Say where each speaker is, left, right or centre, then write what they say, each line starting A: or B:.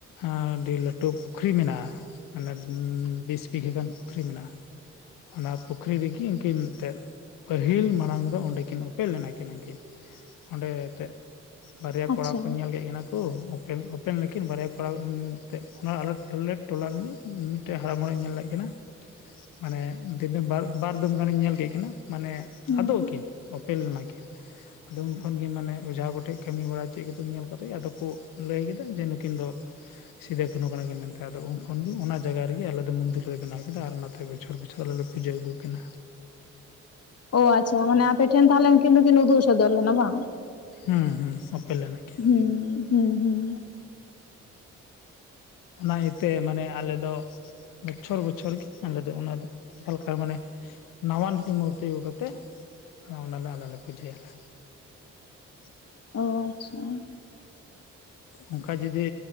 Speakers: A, on the left; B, on the left.
A: ᱟᱹᱰᱤ ᱞᱟᱹᱴᱩ ᱯᱩᱠᱷᱨᱤ ᱢᱮᱱᱟᱜᱼᱟ ᱢᱟᱱᱮ ᱵᱤᱥ ᱵᱤᱜᱷᱟᱹ ᱜᱟᱱ᱾ ᱠᱷᱨᱤ ᱢᱮᱱᱟᱜᱼᱟ, ᱚᱱᱟ ᱯᱩᱠᱷᱨᱤ ᱨᱮᱜᱮ ᱩᱱᱠᱤᱱ ᱢᱤᱫᱴᱮᱡ ᱯᱟᱹᱦᱤᱞ ᱢᱟᱲᱟᱝ ᱫᱚ ᱚᱸᱰᱮᱠᱤᱱ ᱳᱯᱮᱞ ᱞᱮᱱᱟᱠᱤᱱ ᱩᱱᱠᱤᱱ, ᱚᱸᱰᱮ ᱮᱛᱮᱫ᱾ ᱵᱟᱨᱭᱟ ᱠᱚᱲᱟ
B: ᱟᱪᱪᱷᱟ
A: ᱠᱚ ᱧᱮᱞ ᱠᱮᱫ ᱠᱤᱱᱟ ᱠᱚ᱾ ᱠᱚ ᱳᱯᱮᱞ ᱳᱯᱮᱞ ᱱᱟᱠᱤᱱ ᱵᱟᱨᱭᱟ ᱠᱚᱲᱟ ᱛᱮᱫ ᱚᱱᱟ ᱟᱞᱮ ᱴᱚᱞᱮᱴ ᱴᱚᱞᱟ ᱨᱮᱱ ᱜᱮ᱾ ᱴᱮᱡ ᱦᱟᱲᱟᱢ ᱦᱚᱲᱮ ᱧᱮᱞ ᱞᱮᱫ ᱠᱤᱱᱟ᱾ ᱢᱟᱱᱮ ᱫᱤᱱᱟᱹᱢ ᱵᱟᱨ ᱵᱟᱨ ᱫᱚᱢ ᱜᱟᱱᱮ ᱧᱮᱞ ᱠᱮᱫ ᱠᱤᱱᱟ ᱢᱟᱱᱮ
B: ᱦᱩᱸ
A: ᱟᱫᱚᱜ ᱟᱠᱤᱱ, ᱳᱯᱮᱞ ᱞᱮᱱᱟᱠᱤᱱ᱾ ᱟᱫᱚ ᱩᱱ ᱠᱷᱚᱱ ᱜᱮ ᱢᱟᱱᱮ ᱚᱡᱷᱟ ᱠᱚᱴᱷᱮᱡ ᱠᱟᱹᱢᱤ ᱵᱟᱲᱟ ᱪᱮᱫ ᱠᱚᱪᱚᱝ ᱧᱮᱞ ᱠᱟᱛᱮᱡ ᱟᱫᱚ ᱠᱚ ᱞᱟᱹᱭ ᱠᱮᱫᱟ ᱡᱮ ᱱᱩᱠᱤᱱ ᱫᱚ ᱥᱤᱫᱟᱹ ᱠᱟᱱᱩ ᱠᱟᱱᱟ ᱠᱤᱱ ᱢᱮᱱᱛᱮ ᱟᱫᱚ ᱩᱱ ᱠᱷᱚᱱ ᱜᱮ ᱚᱱᱟ ᱡᱟᱭᱜᱟ ᱨᱮᱜᱮ ᱟᱞᱮᱚᱫᱚ ᱢᱚᱱᱫᱤᱨ ᱞᱮ ᱵᱮᱱᱟᱣ ᱠᱮᱫᱟ ᱟᱨ ᱚᱱᱟᱛᱮ ᱵᱚᱪᱷᱚᱨ ᱵᱚᱪᱷᱚᱨ ᱟᱞᱮᱞᱮ ᱯᱩᱡᱟᱹ ᱟᱹᱜᱩᱣᱟᱠᱤᱱᱟ᱾
B: ᱚ ᱟᱪᱪᱷᱟ ᱢᱟᱱᱮ ᱟᱯᱮᱴᱷᱮᱱ ᱛᱟᱦᱚᱞᱮ ᱩᱱᱠᱤᱱ ᱫᱩᱠᱤᱱ ᱩᱫᱩᱜ ᱥᱚᱫᱚᱨ ᱞᱮᱱᱟ ᱵᱟᱝ?
A: ᱦᱩᱸ ᱦᱩᱸ ᱳᱯᱮᱞᱮᱱᱟ ᱠᱤᱱ
B: ᱦᱩᱸ ᱦᱩᱸ ᱦᱩᱸ
A: ᱚᱱᱟ ᱤᱭᱟᱹᱛᱮ ᱢᱟᱱᱮ ᱟᱞᱮ ᱫᱚ ᱵᱚᱪᱷᱚᱨ ᱵᱚᱪᱷᱚᱨ ᱜᱮ ᱟᱞᱮ ᱫᱚ ᱚᱱᱟ ᱫᱚ ᱡᱟᱦᱟᱸᱞᱮᱠᱟ ᱨᱮ ᱢᱟᱱᱮ ᱱᱟᱣᱟᱱᱠᱤ ᱢᱩᱨᱛᱤ ᱟᱹᱜᱩ ᱠᱟᱛᱮᱫ ᱚᱱᱟᱞᱮ ᱟᱞ ᱞᱮ ᱯᱩᱡᱟᱹᱭᱟᱞᱮ <inaudible>
B: ᱚ ᱟᱪᱪᱷᱟ
A: ᱚᱝᱠᱟ ᱡᱩᱫᱤ